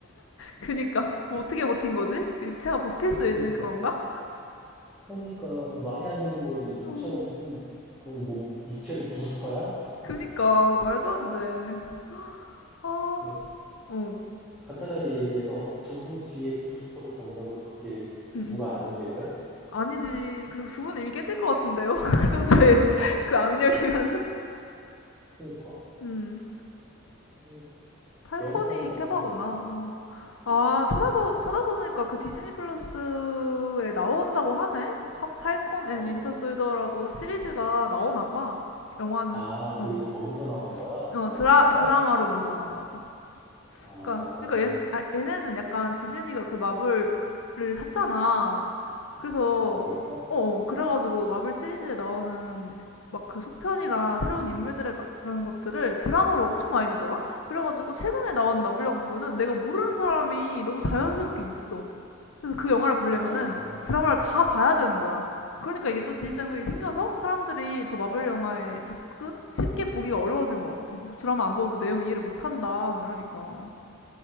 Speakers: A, on the left; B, in the centre.
A: 그니까, 어떻게 버틴 거지? 육체가 버틸 수
B: 그러니까,
A: 있는 그건가?
B: 그러니까 이게 말이 안 되는 거지. 육체가
A: 어.
B: 무슨 그 뭐 육체도 부스터야?
A: 그니까, 말도 안 돼. 아,
B: 그냥
A: 어. 응,
B: 간단하게 얘기해서 두부 뒤에 부스터를 단다고 그게 두부가
A: 응.
B: 아닌 게 돼?
A: 아니지. 그리고 수분 이미 깨질 것 같은데요? <laughs> 그 정도의 <laughs> 그 악력이면은.
B: 그러니까
A: 음.
B: 이
A: 팔콘이
B: 개연성은 어디다
A: 케바구나.
B: 둔?
A: 어. 아,
B: 음.
A: 찾아보, 찾아보니까 그 디즈니 플러스에 나온다고 하네? 파, 팔콘 앤
B: 아,
A: 윈터
B: 그,
A: 솔저라고 시리즈가 나오나 봐. 영화는,
B: 아,
A: 어.
B: 그게 거기서 나오는 거야?
A: 어,
B: 영화가
A: 드라,
B: 아니라?
A: 드라마로 먼저 나오나 봐.
B: 아, 어,
A: 그러니까, 그러니까 얘, 아, 얘네는 약간 디즈니가 그 마블을 샀잖아. 그래서,
B: 그랬어?
A: 어, 어, 그래가지고 마블 시리즈에 나오는 막 그 속편이나 새로운 인물들의 가- 그런 것들을 드라마로 엄청 많이 내더라? 그래가지고 최근에 나온 마블영 부분은 내가 모르는 사람이 너무 자연스럽게 있어. 그래서 그 영화를 보려면은
B: 아, 어,
A: 드라마를 다 봐야 되는 거야. 그러니까 이게 또 진입장벽이 생겨서 사람들이 더 마블 영화에 접근 쉽게 보기가 어려워진 것 같아. 뭐 드라마 안 보면 뭐 내용 이해를 못 한다 막 이러니까.